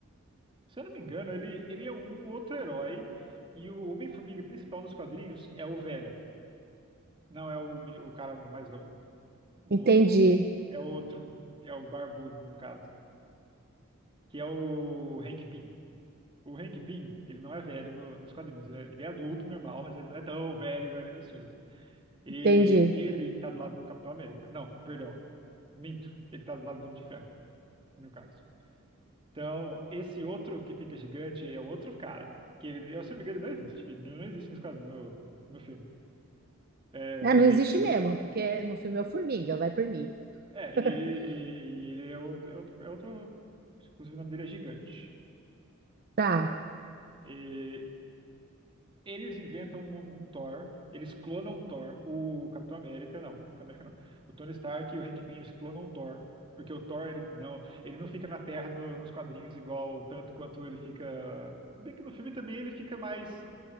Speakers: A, on the right; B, on the right.
A: se eu não me engano, ele, ele é um outro herói. E o Homem-Formiga principal nos quadrinhos é o velho. Não é o, meni- o cara mais novo. O-
B: Entendi,
A: é outro, é o barbudo, no caso. que é o Hank Pym. O Hank Pym, ele não é velho no- nos quadrinhos. Ele é, ele é adulto, normal, mas ele não é tão velho igual ele é nos filmes. E
B: entendi.
A: ele tá do lado do Capitão América. Não, perdão. Minto. Ele tá do lado do Homem de Ferro, no caso. Então, esse outro que fica gigante é outro cara. Que ele, eu, se não me engano, ele não existe. Ele não existe nos quadrinhos, no, no filme. É,
B: Ah, não existe
A: e ele
B: mesmo,
A: fica.
B: porque no filme é o Formiga, vai por mim.
A: É,
B: <laughs>
A: e ele, e, e ele é outro, é outro, é outro. Inclusive, o nome dele é Gigante.
B: Tá,
A: E Eles inventam um, um Thor, eles clonam um Thor, o Capitão América não, Capitão América não. O Tony Stark e o Hank Pym, eles clonam o Thor, porque o Thor, ele não, ele não fica na Terra no- nos quadrinhos igual tanto quanto ele fica, bem que no filme também ele fica mais